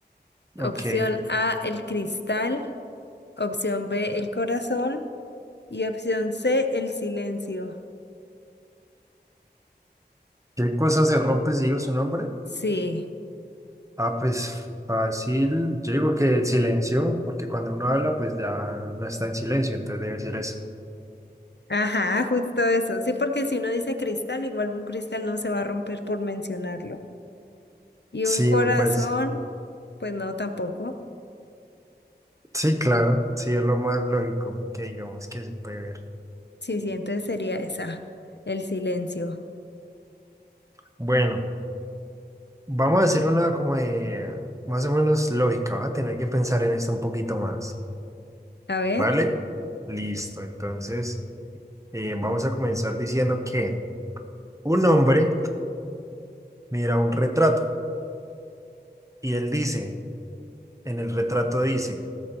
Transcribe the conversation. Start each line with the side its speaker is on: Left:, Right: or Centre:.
Left: Opción
Right: Ok.
Left: A, el cristal. Opción B, el corazón. Y opción C, el silencio.
Right: ¿Qué cosa se rompe si digo su nombre?
Left: Sí.
Right: Ah, pues fácil. Yo digo que el silencio, porque cuando uno habla, pues ya no está en silencio, entonces debe ser eso.
Left: Ajá, justo eso. Sí, porque si uno dice cristal, igual un cristal no se va a romper por mencionarlo. Y
Right: Sí,
Left: un corazón,
Right: pues
Left: pues no, tampoco.
Right: sí, claro, sí es lo más lógico que digamos que se puede ver.
Left: Sí, sí, entonces sería esa, el silencio.
Right: Bueno, vamos a hacer una como de más o menos lógica, vas a tener que pensar en esto un poquito más,
Left: A ver,
Right: ¿vale? Listo, entonces eh, vamos a comenzar diciendo que un hombre mira un retrato y él dice, en el retrato dice,